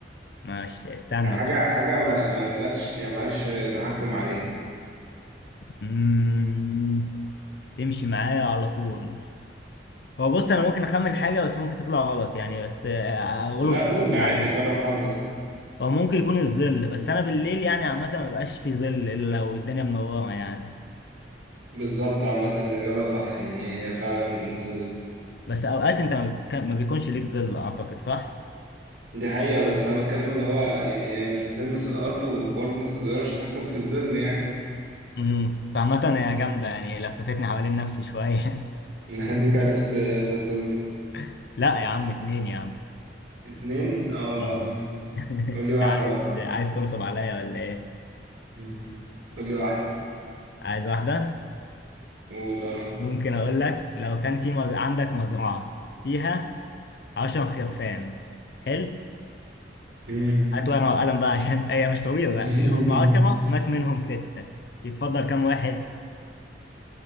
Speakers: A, on the left; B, on the right.
A: ماشي استنى
B: يعني حاجة
A: طيب
B: حاجة ما مالكش يعني مالكش تحكم عليها
A: مم، تمشي معايا على طول هو بص انا ممكن اخمن حاجه بس ممكن تطلع غلط يعني بس آه، اغلب
B: لا قول
A: بعدها
B: عادي جرب حظك
A: هو ممكن يكون الظل بس انا بالليل يعني عامه ما بيبقاش في ظل الا لو الدنيا منوره يعني
B: بالظبط عامة الإجابة صح يعني هي فعلا الظل
A: بس اوقات انت ما بيك- ما بيكونش ليك ظل اعتقد صح
B: دي حقيقة بس أنا بتكلم اللي هو يعني هي مش بتلمس الأرض وبرضه متقدرش تتحكم في الظل يعني
A: امم بس عامه هي جامده يعني لففتني حوالين نفسي شويه
B: <laughs> هديك عرفت فزور
A: <laughs> لا يا عم اتنين يا عم
B: اتنين اه
A: اه
B: <laughs>
A: <laughs>
B: قول لي واحدة
A: عايز
B: بقى
A: عايز تنصب عليا ولا ايه
B: <laughs> قول لي واحدة
A: عايز واحده
B: قول اه
A: ممكن اقول لك لو كان في مز... عندك مزرعه فيها عشر خرفان حلو
B: مم.
A: هات ورقة وقلم بقى عشان هي مش طويلة لا
B: <laughs>
A: هم 10 مات منهم ستة يتفضل كام واحد؟